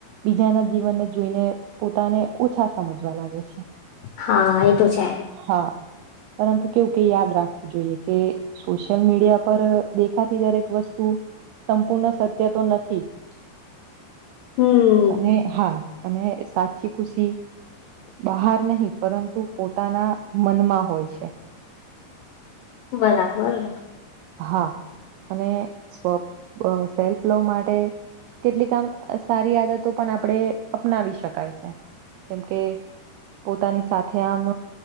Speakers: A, on the right (about 85°); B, on the left (about 80°).
A: બીજાના જીવનને જોઈને પોતાને ઓછા સમજવા લાગે.
B: હા એ તો છે.
A: હા પરંતુ કેવું કે યાદ રાખવું જોઈએ કે સોશિયલ મીડિયા પર દેખાતી દરેક વસ્તુ સંપૂર્ણ સત્ય તો નથી જ
B: હમ,
A: અને હા અને સાચી ખુશી બહાર નહી પરંતુ પોતાના મનમાં હોય છે.
B: બરાબર.
A: હા અને સપ સેલ્ફ લો માટે કેટલી કામ સારી આદતો પણ આપડે અપનાવી શકાય છે જેમકે પોતાની સાથે આમ